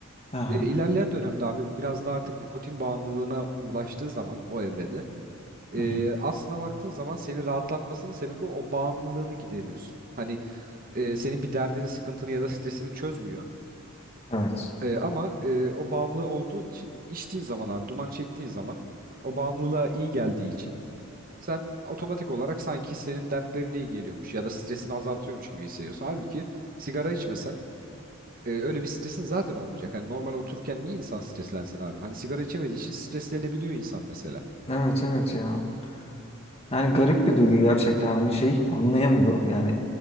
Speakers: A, on the left; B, on the right.
A: Aha.
B: E, ilerleyen dönemde abi biraz da artık nikotin bağımlılığına ulaştığı zaman o evrede e,
A: Aha.
B: aslına baktığın zaman seni rahatlatmasının sebebi o bağımlılığını gideriyorsun. Hani e, senin bir derdini, sıkıntını ya da stresini çözmüyor.
A: Evet.
B: E, ama e, o bağımlı olduğun için içtiğin zaman abi duman çektiğin zaman o bağımlılığa iyi geldiği için sen otomatik olarak sanki senin dertlerine iyi geliyormuş ya da stresini azaltıyormuş gibi hissediyorsun. Halbuki sigara içmesen e, öyle bir stresin zaten olmayacak. Hani normal otururken niye insan streslensin abi? Hani sigara içemediği için streslenebiliyor insan mesela.
A: Evet evet ya. Yani garip bir duygu gerçekten hani şey anlayamıyorum yani